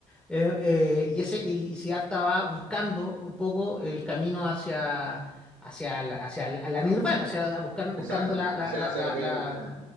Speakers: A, in the centre; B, on the right (about 70°).
A: eh, eh, y, ese, y Siddhartha va buscando un poco el camino hacia, hacia, la, hacia la, la nirvana, o sea, buscan-
B: exacto.
A: buscando la, la,
B: Hacia,
A: la,
B: hacia
A: la,
B: lo que.
A: la-
B: sí.